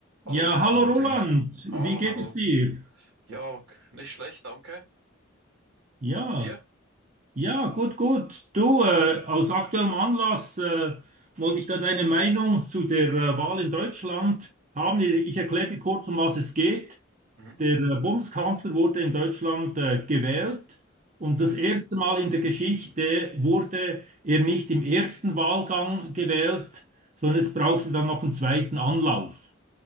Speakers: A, on the right (about 80°); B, on the right (about 35°).
A: Hallo
B: Ja, hallo
A: Martin.
B: Roland, wie
A: Hallo,
B: geht
A: hallo.
B: es dir?
A: Ja, k- nicht schlecht, danke.
B: Ja,
A: Und dir?
B: ja, gut, gut. Du, äh, aus aktuellem Anlass äh, wollte ich da deine Meinung zu der äh, Wahl in Deutschland haben. Ich erkläre dir kurz, um was es geht.
A: Mhm,
B: Der äh, Bundeskanzler wurde in Deutschland äh, gewählt und
A: okay,
B: das erste Mal in der Geschichte wurde er nicht im ersten Wahlgang gewählt, sondern es brauchte dann noch einen zweiten Anlauf.